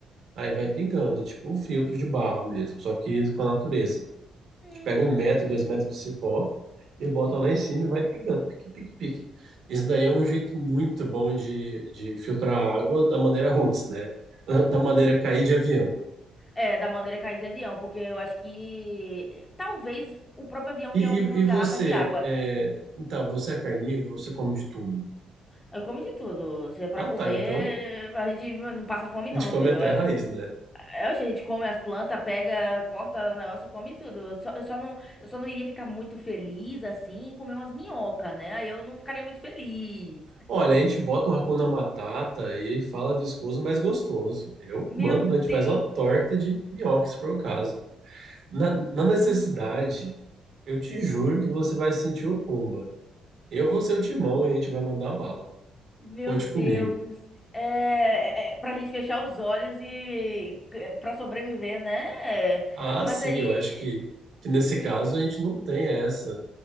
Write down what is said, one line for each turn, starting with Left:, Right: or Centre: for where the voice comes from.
Right: Aí vai pingando, tipo um filtro de barro mesmo, só que com a natureza.
Left: Hum.
Right: A gente pega um metro, dois metros de cipó e bota lá em cima e vai pingando, pique, pique, pique. Isso daí é um jeito muito bom de, de filtrar a água da maneira roots, né? <laughs> Da da maneira
Left: hum.
Right: cair de avião.
Left: É, da maneira é cair de avião, porque eu acho que talvez o próprio avião
Right: E,
Left: tenha algumas
Right: e, e você,
Left: garrafas de água,
Right: é,
Left: né?
Right: então, você é carnívoro, você come de tudo.
Left: Eu como de tudo. Se é pra
Right: Ah,
Left: comer,
Right: tá, então
Left: a gente não passa fome,
Right: a
Left: não,
Right: gente
Left: meu
Right: come
Left: filho.
Right: até
Left: É,
Right: a raiz, né?
Left: é, a gente come as plantas, pega, corta o negócio, come tudo. Eu só, eu só não, eu só não iria ficar muito feliz assim e comer umas minhocas, né? Aí eu não ficaria muito feliz.
Right: Olha, a gente bota um Hakuna Matata e fala viscoso, mas gostoso. Eu
Left: Meu
Right: mando, a gente
Left: Deus!
Right: faz uma torta de nhoque, se for o caso. Na, na necessidade,
Left: Nossa.
Right: eu te juro que você vai sentir o Pumba. Eu vou ser o Timão e a gente vai mandar bala.
Left: Meu
Right: Conte
Left: Deus!
Right: comigo.
Left: É, é, pra gente fechar os olhos e é, pra sobreviver, né? É,
Right: Ah,
Left: Mas
Right: sim,
Left: aí,
Right: eu acho que, que nesse
Left: gente,
Right: caso a gente não tem essa.